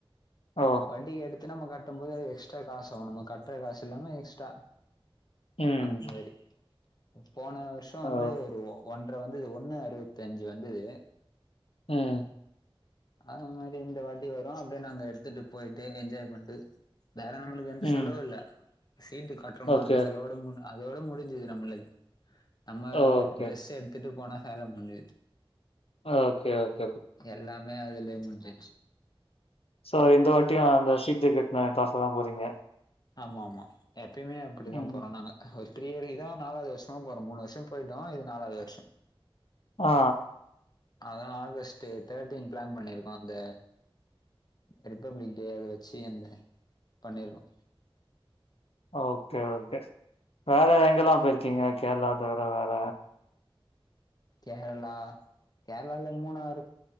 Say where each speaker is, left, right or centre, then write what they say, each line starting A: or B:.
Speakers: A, on the left (about 85°); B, on the left (about 45°).
A: ஓ
B: வட்டிக்கு எடுத்து நம்ம கட்டும் போது எக்ஸ்ட்ரா காச ஆவு நம்ம கட்டுற காசு இல்லாம எக்ஸ்ட்ரா
A: ம்,
B: அந்த மாரி போன வருஷோ
A: ஓ,
B: வந்து ஒரு ஒன் ற வந்துது ஒன்னு அறுவத்தி அஞ்சு வந்துது
A: ம்
B: அது மாரி இந்த வாட்டி வரு அப்டியே நாங்க எடுத்துட்டு போயிட்டு என்ஜாய் பண்ணிட்டு வேற நம்மளுக்கு எந்த
A: ம்.
B: செலவு இல்ல சீட்டு கட்டுறோமோ
A: ஓகே,
B: அந்த செலவோட மூடு அதோட முடிஞ்சுது நம்மளுக்கு நம்ம
A: ஓகே,
B: ட்ரெஸ் எடுத்துட்டு போனா வேல முடிஞ்சுது
A: ஓகே ஓக்
B: எல்லாமே அதுலயே முஞ்சிச்சு
A: சோ இந்த வாட்டியு அந்த சீட்டு கட்ன காசுலதா போறீங்க
B: ஆமா ஆமா எப்பயுமே அப்டித்தான்
A: ம்.
B: போறோ நாங்க ஒரு த்ரீ இயர்க்கு இதா நாலது வருஷமா போ ஒரு மூணு வருஷ போயிட்டோ இது நாலாவது வருஷ
A: ஆ
B: அதா ஆகஸ்ட்டு தேர்ட்டீன் பிளான் பண்ணிருக்கோ அந்த ரிபப்ளிக் டே அத வச்சு அந்த பண்ணிருக்கோ
A: ஓகே ஓகே வேற எங்கல்லாம் போயிருக்கீங்க கேரளா தவிர வேற
B: கேரளா கேரளால மூணாரு